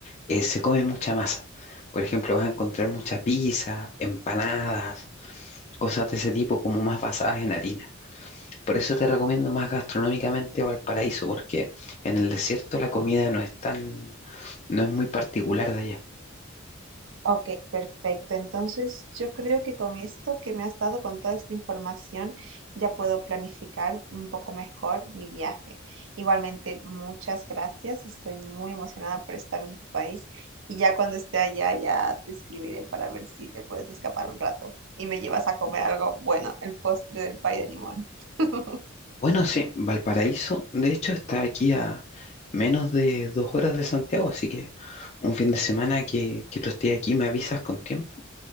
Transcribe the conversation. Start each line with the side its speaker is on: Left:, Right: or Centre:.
Left: eh, se come mucha masa. Por ejemplo, vas a encontrar mucha pizza, empanadas, cosas de ese tipo como más basadas en harina. Por eso te recomiendo más gastronómicamente Valparaíso, porque en el desierto la comida no es tan, no es muy particular de allá.
Right: Ok, perfecto. Entonces, yo creo que con esto que me has dado, con toda esta información, ya puedo planificar un poco mejor mi viaje. Igualmente, muchas gracias. Estoy muy emocionada por estar en tu país y ya cuando esté allá, ya te escribiré para ver si te puedes escapar un rato y me llevas a comer algo bueno, el postre del pay de limón. <laughs>
Left: Bueno, sí, Valparaíso, de hecho, está aquí a menos de dos horas de Santiago, así que un fin de semana que, que tú estés aquí me avisas con tiempo